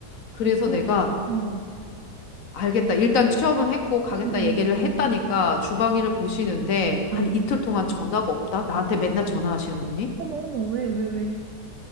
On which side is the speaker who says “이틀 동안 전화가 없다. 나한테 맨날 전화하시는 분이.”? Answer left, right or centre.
Left